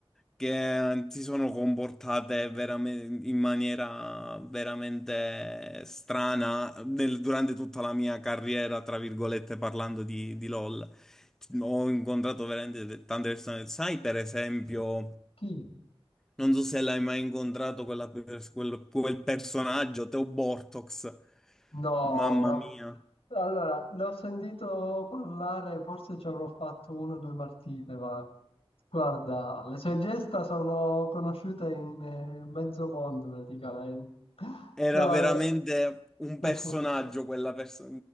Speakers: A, in the centre; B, on the left.
A: che si sono comportate veramente in maniera veramente strana nel- durante tutta la mia carriera, tra virgolette, parlando di, di LOL. Ho incontrato veramente tante persone. Sai, per esempio.
B: Chi?
A: Non so se l'hai mai incontrato quella pers- quel, quel personaggio, Teo Bortox.
B: No,
A: Mamma
B: ma-
A: mia,
B: allora, l'ho sentito parlare, forse ci avrò fatto una o due partite, ma guarda, le sue gesta sono conosciute in eh, mezzo mondo praticamente. <laughs>
A: era
B: No,
A: veramente un
B: no.
A: personaggio
B: <laughs>
A: quella persona.